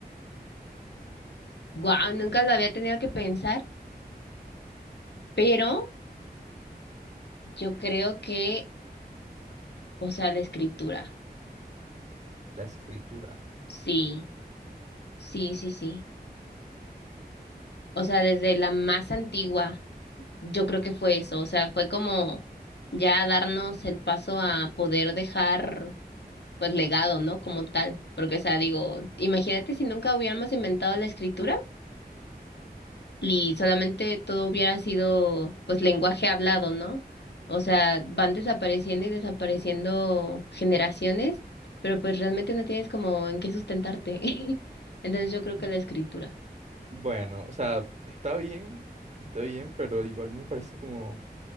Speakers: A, on the left; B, on the right.
A: wow, nunca lo había tenido que pensar, pero yo creo que, o sea, la escritura.
B: La escritura.
A: Sí, sí, sí, sí. O sea, desde la más antigua, yo creo que fue eso. O sea, fue como ya darnos el paso a poder dejar, pues, legado, ¿no? Como tal. Porque, o sea, digo, imagínate si nunca hubiéramos inventado la escritura. y solamente todo hubiera sido pues lenguaje hablado, ¿no? O sea, van desapareciendo y desapareciendo generaciones, pero pues realmente no tienes como en qué sustentarte. <laughs> Entonces yo creo que la escritura.
B: Bueno, o sea, está bien, está bien, pero igual me parece como,